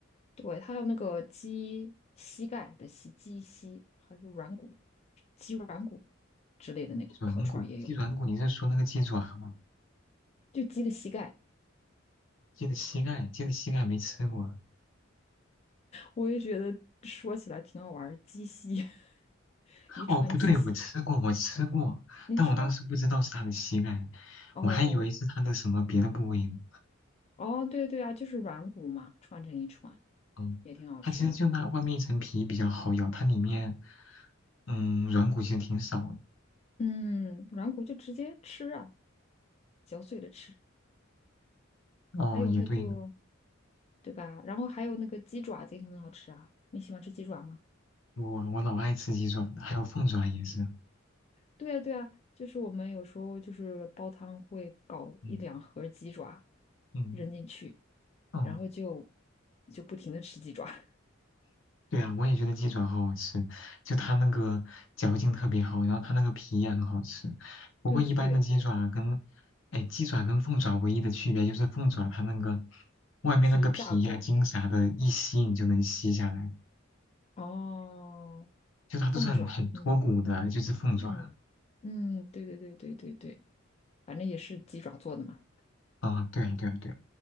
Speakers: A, on the left; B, on the left.
A: 对，它还有那个鸡膝盖的膝，鸡膝还是软骨、鸡软骨之类的那个烤串儿也有，
B: 鸡软骨，鸡软骨，你是说那个鸡爪吗？
A: 就鸡的膝盖，
B: 鸡的膝盖，鸡的膝盖没吃过啊。
A: 我也觉得说起来挺好玩儿，鸡膝，<laughs> 一串鸡膝，
B: 哦，不对，我吃过，我吃过，但我当时不知道是它的膝盖，
A: 你吃过？哦
B: 我还以为是它的什么别的部位呢。
A: 哦，对对啊，就是软骨嘛，串成一串
B: 嗯，
A: 也挺好吃的。
B: 它其实就那外面一层皮比较好咬，它里面嗯软骨其实挺少的。
A: 嗯，软骨就直接吃啊，嚼碎了吃，
B: 哦，
A: 还有那个
B: 也对呢
A: 对吧？然后还有那个鸡爪子也很好吃啊，你喜欢吃鸡爪吗？
B: 我我老爱吃鸡爪了，还有凤爪也是。
A: 对呀，对呀，就是我们有时候就是煲汤会搞一两盒鸡爪
B: 嗯嗯，
A: 扔进去，
B: 哦。
A: 然后就就不停的吃鸡爪。<laughs>
B: 对啊，我也觉得鸡爪好好吃，就它那个嚼劲特别好，然后它那个皮也很好吃。不过一般的鸡爪跟，
A: 对对对，
B: 哎，鸡爪跟凤爪唯一的区别就是凤爪它那个外面那个皮呀、
A: 皮炸过。
B: 筋啥的，一吸你就能吸下来，
A: 哦，
B: 就它都是很很脱骨的，
A: 凤爪，嗯
B: 就是凤爪
A: 嗯嗯，对对对对对对，反正也是鸡爪做的嘛。
B: 啊。对啊，对啊，对啊，